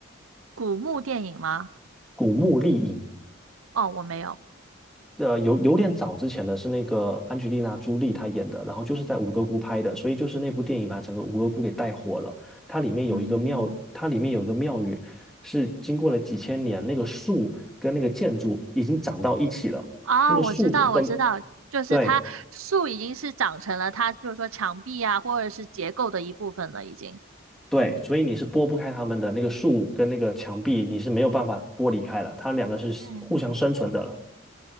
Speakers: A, on the right (about 85°); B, in the centre.
A: 古墓电影吗？
B: 《古墓丽影》
A: 哦，我没有。
B: 呃，有有点早之前的是那个安吉丽娜·朱莉她演的，然后就是在吴哥窟拍的，所以就是那部电影把整个吴哥窟给带火了。它里面有一个庙，
A: 嗯，
B: 它里面有一个庙宇是经过了几千年，那个树跟那个建筑已经长到一起了，
A: 啊，
B: 那个树是分，
A: 我知道，我知道，就是它树已经是长成了它，
B: 对
A: 譬如说墙壁啊，或者是结构的一部分了，已经。
B: 对，所以你是拨不开它们的，那个树跟那个墙壁你是没有办法剥离开了，它们两个是互相生存的了。
A: 嗯。